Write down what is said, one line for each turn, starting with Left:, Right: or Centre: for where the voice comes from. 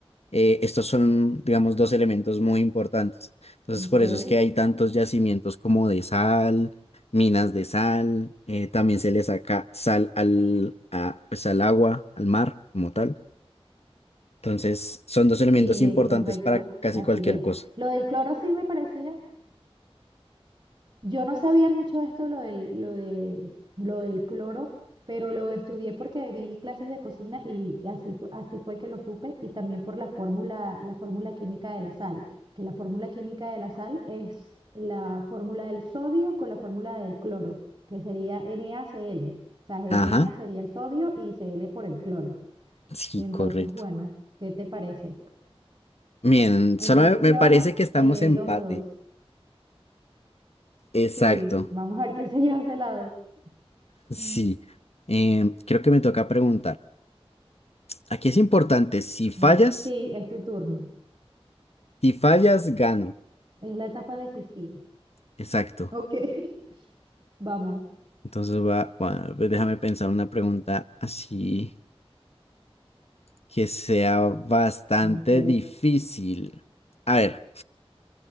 Left: eh, estos son, digamos, dos elementos muy importantes. Entonces,
Right: ok.
Left: por eso es que hay tantos yacimientos como de sal, minas de sal, eh, también se le saca sal al, a, pues, al agua, al mar, como tal. Entonces, son dos elementos
Right: Sí,
Left: importantes
Right: es correcto,
Left: para casi
Right: así
Left: cualquier
Right: es.
Left: cosa.
Right: Lo del cloro sí me parecía Yo no sabía mucho de esto, lo del, lo de, lo del cloro, pero lo estudié porque vi clases de cocina y, y así fue, así fue que lo supe, y también por la fórmula, la fórmula química de la sal, que la fórmula química de la sal es la fórmula del sodio con la fórmula del cloro, que sería NaCl. O sea, Na
Left: Ajá.
Right: sería el sodio y Cl por el cloro.
Left: Sí,
Right: Y entonces,
Left: correcto.
Right: bueno, ¿qué te parece?
Left: Bien,
Right: Entonces
Left: solo me, me
Right: ya
Left: parece
Right: vamos
Left: que estamos
Right: eh,
Left: empate.
Right: dos a dos.
Left: Exacto.
Right: Sí, vamos a ver quién se lleva ese lado.
Left: Sí.
Right: <laughs>
Left: Em, creo que me toca preguntar. Aquí es importante, si fallas,
Right: Ujú. Sí, es tu turno.
Left: si fallas, gano.
Right: Es la etapa decisiva.
Left: Exacto.
Right: Ok. <laughs> Vamos.
Left: Entonces va, bueno, pues déjame pensar una pregunta así que sea bastante
Right: Ok.
Left: difícil. A ver.